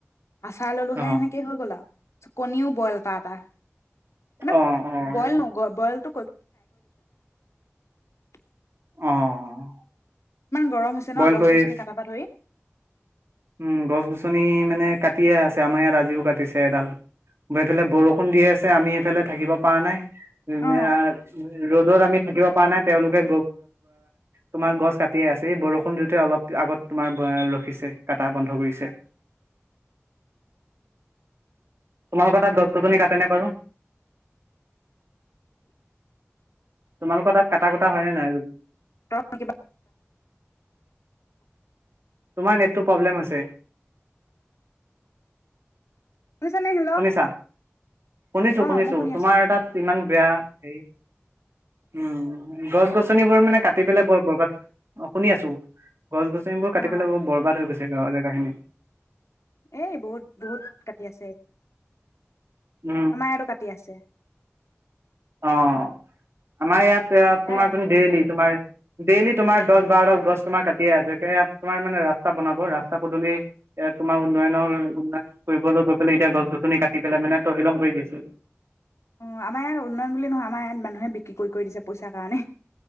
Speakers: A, on the left; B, on the right.
A: আচাৰ ললোহে
B: অ',
A: এেনেকে হৈ গ'ল আৰু। কণীও বইল এটা এটা। মানে
B: অ', অ',
A: বইল ন বলটো <unintelligible>
B: অ'।
A: গৰম হৈছে
B: বইল
A: ন গছ
B: কৰি,
A: গছনি
B: ‌
A: কটাৰ পৰা ধৰি
B: উম গছ গছনি মানে কাটি কাটিয়ে আছে আমাৰ ইয়াত আজিও কাটিছে এডাল এইফালে বৰষুণ দিয়ে আছে আমি সেইফালে থাকিব পৰা নাই।
A: অ
B: দে আৰ ৰ'দত আমি থাকিব পৰা নাই তেওঁলোকে তোমাৰ গছ কাটি আছে বৰষুণ সন্দতে অলপ আগত তোমাৰ ৰখিছে কাটা বন্ধ কৰিছে। তোমালোকৰ তাত গছ গছনি কাটেনে বাৰু? তোমালোকৰ তাত কটা কুটা হয়নে নহয় আৰু
A: তই কিবা
B: তোমাৰ নেটটো প্ৰব্লেম হৈছে।
A: শুনিছানে হেল্ল'
B: শুনিছা শুনিছো
A: অ
B: শুনিছো
A: মই শুনি
B: তোমাৰ
A: আছো
B: এ তাত ইমান বেয়া হেৰি। উম গছ গছনিবোৰ মানে কাটি পেলাই বৰ বৰবাদ অ শুনি আছো। গছ গছনিবোৰ কাটি
A: অ
B: পেলাই বৰ বৰবাদ হৈ গৈছে। গাৱলীয়া কাহিনী
A: এ বহুত বহুত কাটি আছে।
B: উম
A: আমাৰ ইয়াতো কাটি আছে।
B: অঁ আমাৰ ইয়াত। ইয়াত
A: এ
B: তোমাৰ তুমি দেইলি তোমাৰ। দেইলি তোমাৰ দহ বাৰ ডাল গছ কাটিয়ে আছে তোমাৰ মানে ৰাস্তা বনাব ৰাস্তা পদূলি এ তোমাৰ উন্নয়নৰ উন্নয়ন কৰিবলৈ গৈ পেলাই এতিয়া গছ গছনি কাটি পেলাই মানে তহিলং কৰি দিছ।
A: অ আমাৰ ইয়াত উন্নয়ন বুলি নহয় আমাৰ ইয়াত মানুহে বিক্ৰী কৰি কৰি দিছে পইচাৰ কাৰণে